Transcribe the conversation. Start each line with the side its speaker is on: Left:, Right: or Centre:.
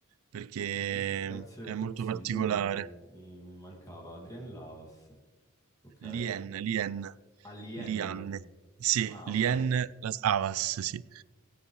Right: perché
Left: Ok, grazie
Right: è
Left: del consiglio,
Right: molto particolare.
Left: mi, mi- mi mancava Adrien Lavas. Ok.
Right: Lien, Lien,
Left: Alien.
Right: Lianne, sì,
Left: Ah,
Right: Lien
Left: ok.
Right: Las Havas, sì.